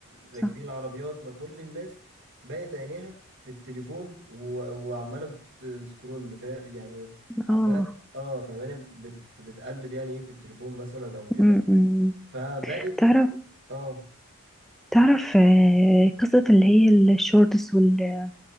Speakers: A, on the right; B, in the centre.
A: راكبين
B: صح
A: العربيات ما كل الناس بقت عينيها في التليفون و- وعمالة بتسكرول ف- يعني عمالة
B: اه
A: اه فماني بت بتقلب يعني ايه في التليفون مثلا او كده
B: م- م.
A: فبقت
B: تعرف
A: اه
B: تعرف آه، قصة اللي هي الشورتس وال-